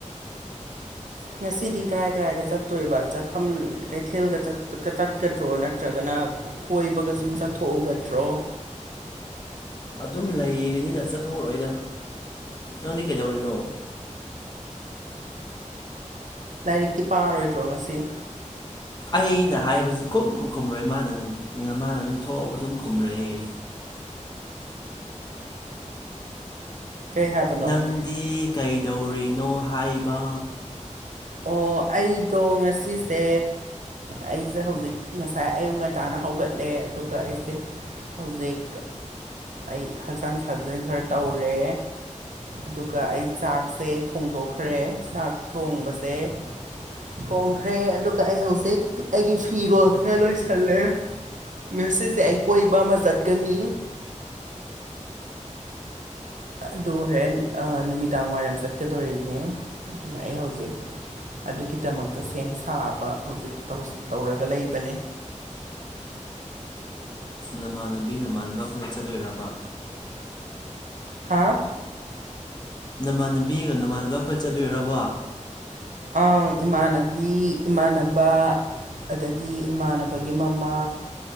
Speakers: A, on the right; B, on the left.
A: ꯉꯁꯤꯗꯤ ꯀꯔꯥꯏ ꯀꯔꯥꯏꯗ ꯆꯠꯇꯣꯏꯕ ꯆꯠꯐꯝ ꯀꯩꯊꯦꯜꯒ ꯆꯠꯀꯗ꯭ꯔꯣ ꯅꯠꯇ꯭ꯔꯒꯅ ꯀꯣꯏꯕꯒ ꯁꯨꯝ ꯆꯠꯊꯣꯛꯎꯒꯗ꯭ꯔꯣ
B: ꯑꯗꯨꯝ ꯂꯩꯒꯅꯤꯗ ꯆꯠꯊꯛꯑꯣꯣꯏꯗ ꯅꯪꯗꯤ ꯀꯩꯗꯧꯔꯤꯅꯣ
A: ꯂꯥꯏꯔꯤꯛꯇꯤ ꯄꯥꯔꯣꯏꯗ꯭ꯔꯣ ꯉꯁꯤ
B: ꯑꯩꯅ ꯍꯥꯏꯕꯁꯤꯁꯨ ꯈꯨꯝ ꯈꯨꯝꯔꯣꯏ ꯃꯥꯅ ꯃꯥꯅ ꯑꯗꯨꯝ ꯊꯣꯛꯑꯕ ꯑꯗꯨꯝ ꯈꯨꯝꯔꯛꯑꯦ
A: ꯀꯩ ꯍꯥꯏꯕꯅꯣ
B: ꯅꯪꯗꯤ ꯀꯩꯗꯧꯔꯤꯅꯣ ꯍꯥꯏꯕ
A: ꯑꯣ ꯑꯩꯗꯣ ꯉꯁꯤꯁꯦ ꯑꯩꯁꯦ ꯍꯧꯖꯤꯛ ꯉꯁꯥꯏ ꯑꯌꯨꯛ ꯉꯟꯇꯥꯅ ꯍꯧꯒꯠ ꯂꯩ ꯑꯗꯨꯒ ꯑꯩꯁꯦ ꯍꯧꯖꯤꯛ ꯑꯩ ꯍꯛꯆꯥꯡ ꯁꯥꯖꯦꯜ ꯈꯔ ꯇꯧꯔꯦ ꯑꯗꯨꯒ ꯑꯩ ꯆꯥꯛꯁꯦ ꯊꯣꯡꯗꯣꯛꯈ꯭ꯔꯦ ꯆꯥꯛ ꯊꯣꯡꯕꯁꯦ ꯊꯣꯡꯈ꯭ꯔꯦ ꯑꯗꯨꯒ ꯑꯩ ꯍꯧꯖꯤꯛ ꯑꯩꯒꯤ ꯐꯤꯔꯣꯜ ꯈꯔ ꯂꯣꯏꯁꯜꯂꯦ ꯃ꯭ꯌꯨꯁꯤꯛꯁꯦ ꯑꯩ ꯀꯣꯏꯕ ꯑꯃ ꯆꯠꯀꯅꯤ ꯑꯗꯨ ꯍꯣꯔꯦꯟ ꯅꯨꯃꯤꯗꯥꯡ ꯋꯥꯏꯔꯝ ꯆꯠꯀꯗꯣꯔꯤꯅꯦ ꯑꯗꯨꯅ ꯑꯩ ꯍꯧꯖꯩ ꯑꯗꯨꯒꯤꯗꯃꯛꯇ ꯁꯦꯝ ꯁꯥꯕ ꯍꯧꯖꯤꯛ ꯇꯧꯔꯒ ꯂꯩꯕꯅꯦ
B: ꯅꯃꯥꯟꯅꯕꯤ ꯅꯃꯥꯟꯥꯟꯕ ꯑꯩꯈꯣꯏꯗ ꯆꯠꯂꯣꯏꯔꯕ
A: ꯍꯥ
B: ꯅꯃꯥꯟꯅꯕꯤꯒ ꯅꯃꯥꯟꯅꯕ ꯑꯩꯈꯣꯏ ꯆꯠꯂꯨꯔꯕꯣ
A: ꯑꯥ ꯏꯃꯥꯟꯅꯕꯤ ꯏꯃꯥꯟꯅꯕ ꯑꯗꯒꯤ ꯏꯃꯥꯟꯅꯕꯒꯤ ꯃꯃꯥ